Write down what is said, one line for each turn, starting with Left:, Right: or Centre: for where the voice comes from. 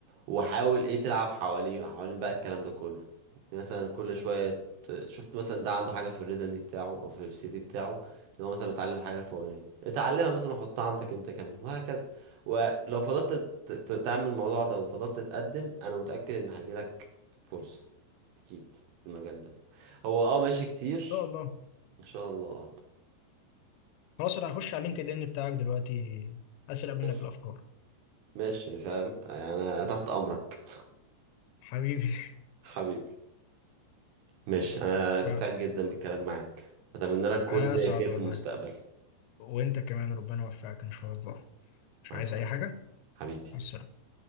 Right: وحاول ايه تلعب حواليه حوالين بقى الكلام ده كله مثلا كل شويه ت- شفت مثلا ده عنده حاجه في الريزومي بتاعه او في السي في بتاعه ان هو مثلا متعلم حاجه الفلانيه اتعلمها مثلا وحطها عندك انت كمان وهكذا ولو فضلت ت- ت- تعمل الموضوع ده وفضلت تقدم انا متأكد ان هيجيلك فرصة اكيد في المجال ده هو اه ماشي كتير
Left: شاء الله
Right: ان شاء الله اه
Left: خلاص أنا هخش على اللينكد إن بتاعك دلوقتي أسرق
Right: ماشي
Left: منك الأفكار
Right: ماشي يا سلام انا تحت امرك
Left: حبيبي
Right: <laughs> حبيبي ماشي انا كنت
Left: <laughs> آه،
Right: سعيد جدا بالكلام معاك اتمنى لك كل
Left: أنا أسعد
Right: خير في
Left: والله
Right: المستقبل
Left: وأنت كمان ربنا يوفقك إن شاء الله مش
Right: مع
Left: عايز
Right: السلامة
Left: أي حاجة
Right: حبيبي
Left: مع السلامة